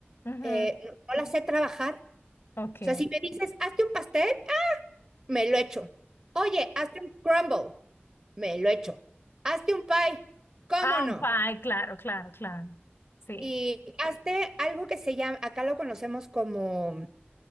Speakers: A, on the left; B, on the right.
A: Ujú,
B: eh, no, no la sé trabajar.
A: Ok.
B: O sea, si me dices, hazte un pastel, ah, me lo echo. Oye, hazte un crumble, me lo echo. Hazte un pie, ¿cómo
A: Ah,
B: no?
A: un pie, claro, claro, claro. Sí.
B: Y hazte algo que se llama, acá lo conocemos como,